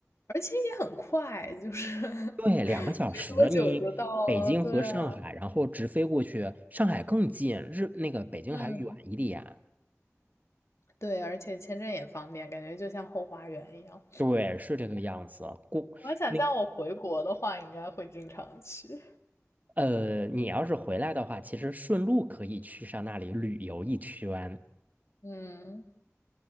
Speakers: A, on the left (about 65°); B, on the right (about 35°).
A: 而且也很快，就是 <laughs>
B: 对，
A: 没多久就到了。
B: 两个小时，你北京和上海，
A: 对啊，
B: 然后直飞过去，上海更近，日那个北京还远一点。
A: 嗯，对，而且签证也方便，感觉就像后花园一样。
B: 对，是这个样子。过那
A: 我想象我回国的话，应该会经常去。
B: 呃，你要是回来的话，其实顺路可以去上那里旅游一圈。
A: 嗯，